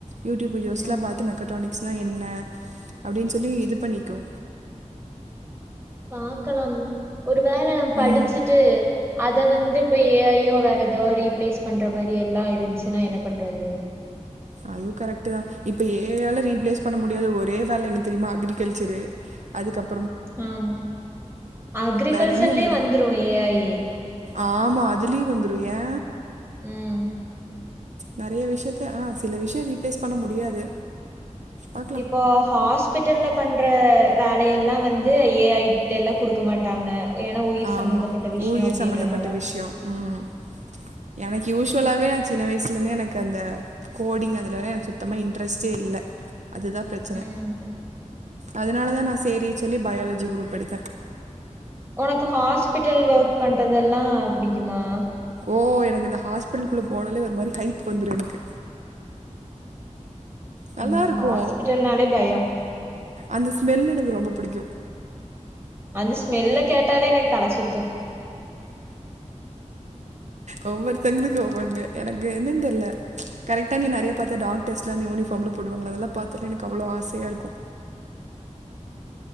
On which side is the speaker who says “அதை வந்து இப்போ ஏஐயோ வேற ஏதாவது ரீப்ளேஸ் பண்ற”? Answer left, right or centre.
Right